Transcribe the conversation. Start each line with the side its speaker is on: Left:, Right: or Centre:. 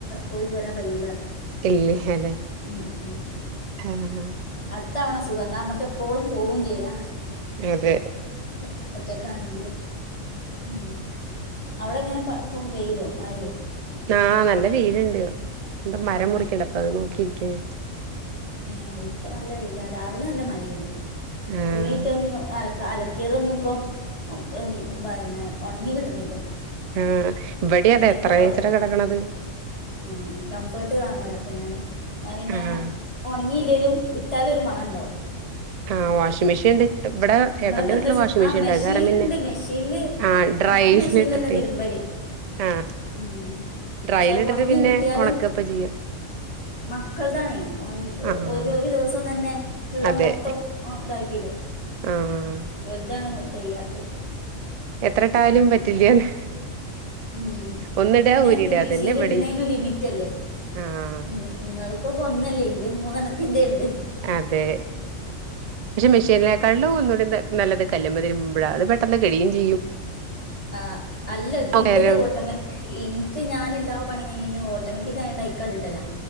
Left: പോയി പോരാൻ കയ്യുല പറയ
Right: ഇല്ല്യ ഹാലെ
Left: ഉം ഉം
Right: ആഹ്
Left: അടുത്തവണ സുഖം എന്ന നമുക്ക് എപ്പോഴും പോവും ചെയ്യാ
Right: അതെ
Left: ഒറ്റ ഒറ്റക്കാണെങ്കിലും ഉം അവിടെ എങ്ങനെ പ ഒപ്പം വെയിലോ മഴേ
Right: ആഹ് നല്ല വെയിൽണ്ട് എന്ത മരം
Left: ആ
Right: മുറിക്കുണ്ട അപ്പ അത് നോക്കിയിരിക്കേ ഞ
Left: ഏഹ് ഇപ്പ നല്ല വെയില രാവിലെ നല്ല മഴയിനി
Right: ആഹ്
Left: തുണിയിട്ടും അല ക അലക്കിയതൊന്നും ഇപ്പം ഉം മ പിന്നെ ഉണങ്ങി കിട്ടണില്ല
Right: ആഹ് ഇവിടെ അതേ
Left: ഇനിയിപ്പോ
Right: എത്രച്ചിട്ട
Left: തൊടങ്ങും
Right: കിടക്കണത്
Left: ഉം കംഫേർട്ട് വാങ്ങാലോ അപ്പൊ ഞാന് എന്നാ പിന്നെ
Right: ആഹ്
Left: ഉണങ്ങിയില്ലെലും ഇട്ടാലൊരു മണ ഉണ്ടാവും
Right: ആഹ് വാഷിംഗ് മെഷീൻണ്ട് ഇവിടെ
Left: നിങ്ങളൊക്കെ
Right: ഏട്ടന്റെ വീട്ടില്
Left: എന്താ ചെയ്യ
Right: വാഷിങ്
Left: ആ
Right: മെഷീൻ ഉണ്ട്
Left: മെഷീനിലുണ്ട്
Right: അത് കാരം പിന്നെ
Left: മെഷീനില്
Right: ആഹ് ഡ്രൈൽ
Left: ഞാന് മെഷീനിലന്നെ
Right: ഇട്ടിട്ടേ
Left: തിരുമ്പല്
Right: ആഹ്
Left: ഉം
Right: ഡ്രൈൽ
Left: പക്ഷെ
Right: ഇട്ടിട്ട്
Left: ഉണങ്ങി
Right: പിന്നെ
Left: കിട്ടിയാലും
Right: ഉണക്കപ്പ ചെയ്യാം
Left: മക്കൾതാണേ ഒണ
Right: ആഹ്
Left: ഒരു ഒരു ദിവസം തന്നെ ഉള്ള
Right: അതെ
Left: മൊത്തം ഇതാക്കിടും
Right: ആഹ്
Left: വലുതാണ് തെയ്യാത്തെ
Right: എത്ര ഇട്ടാലും
Left: ഉം
Right: പറ്റില്ലന്ന്
Left: എത്ര ഇട്ടാലും ഉം
Right: ഒന്നിടാ
Left: പിന്നെ
Right: ഊരിടാ
Left: മെഷീൽ
Right: അതന്നെ ഇവിടെയും
Left: ഇടുണേലും ലിമിറ്റ് അല്ലേ
Right: ആഹ്
Left: പിന്ന നിങ്ങൾക്കൊക്കെ ഒന്നല്ലേ ഇന്റെ മൂന്നെണത്തിന്റെണ്ട്
Right: അതെ പക്ഷെ മെഷീനെക്കാലും ഒന്നുകൂടി ന നല്ലത് കല്ലുമേ തിരുമ്പോഴാ അത് പെട്ടെന്ന് കഴുയും ചെയ്യും
Left: ആഹ് അല്ല ഇതി
Right: നേരം
Left: ന്റെ ത് ഓട്ടമ ഇൻക്ക് ഞാൻ എല്ലാ പണി കഴിഞ്ഞ ഓട്ടോമാറ്റിക് ആയുണ്ട് അയക്കണ്ട് ഇടലാ